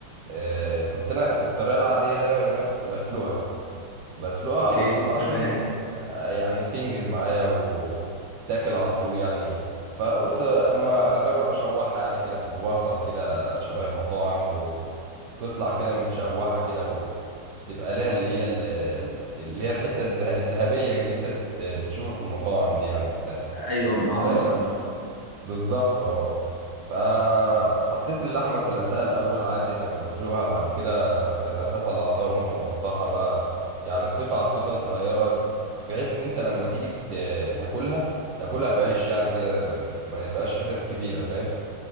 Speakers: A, on the right (about 75°); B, on the left (about 65°).
A: آه، كنت انا الطريقة العادية دايما ان انا كنت بسلقها بسلقها
B: اوكي
A: على طول
B: تمام
A: عشان آه، يعني تنجز معايا وتتاكل على طول يعني فقلت اما اجرب اشوحها يعني كده ببصل كده شبه المطاعم تطلع كده متشوحة كده وتبقى ليها اللي هي ال- اللي هي الحتة الذه- الذهبية اللي انت بت... بتشوفها في المطاعم دي يعني وبتاع
B: ايوه مع
A: فاهم
B: بصل بقى
A: بالظبط اه فحطيت
B: اه
A: اللحمة سلقتها الأول عادي زي ما بسلقها بعد كده لما سلقتها طلعتها وقمت مقطعها بقى يعني قطع كده صغيرة بحيث إن أنت لما تيجي ت- تاكلها تاكلها بعيش يعني كده ما يبقاش حتت كبيرة فاهم